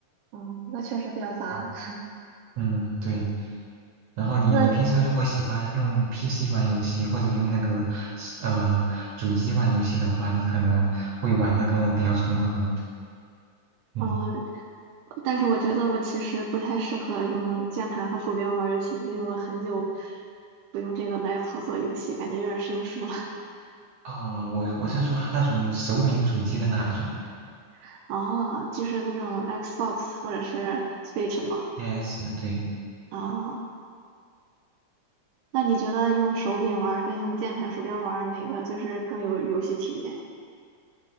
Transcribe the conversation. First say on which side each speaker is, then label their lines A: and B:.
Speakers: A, on the right (about 80°); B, on the right (about 65°).
A: 嗯，那确实比较杂。
B: 嗯，
A: <laughs>
B: 嗯对。然后你你平时如果喜欢用
A: 那
B: PC 玩游戏，或者用那个呃主机玩游戏的话，你可能会玩的跟我比较重合。嗯，
A: 嗯，呃但是我觉得我其实不太适合用键盘和鼠标玩游戏，因为我很久不用这个来操作游戏，感觉有点生疏了。
B: 啊、我我是说那种手柄主机的那种。
A: <laughs> 哦，就是那种 Xbox 或者是 Switch 的吗？
B: S 对，
A: 哦，那你觉得用手柄玩儿跟用键盘鼠标玩儿哪个就是更有游戏体验？